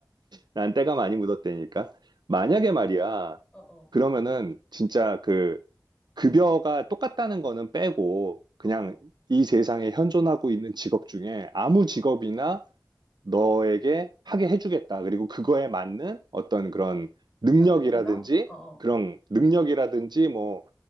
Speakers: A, on the right; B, on the left.
A: 난 때가 많이 묻었다니까. 만약에 말이야,
B: 어, 어,
A: 그러면은 진짜 그 급여가 똑같다는 거는 빼고 그냥
B: 어, 어,
A: 이 세상에 현존하고 있는 직업 중에 아무
B: 어, 어.
A: 직업이나 너에게 하게 해주겠다. 그리고 그거에 맞는 어떤 그런 능력이라든지
B: 보상을 해준다? 어, 어,
A: 그런 능력이라든지 뭐,